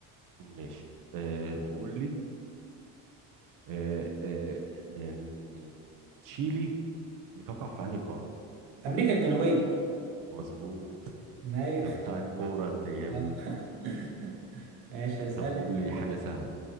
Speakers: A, on the right; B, on the right.
A: ماشي أه تقول لي أه أه آم، تشيلي بتقع في انهي قارة
B: أمريكا الجنوبية
A: مظبوط
B: ايوه
A: ده بتاع الكورة انت جامد
B: آه. <laughs> ماشي هسألك
A: طب قول لي حاجة
B: آه،
A: سهلة